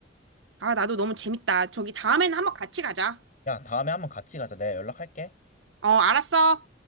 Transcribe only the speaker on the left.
야, 다음에 한번 같이 가자. 내가 연락할게.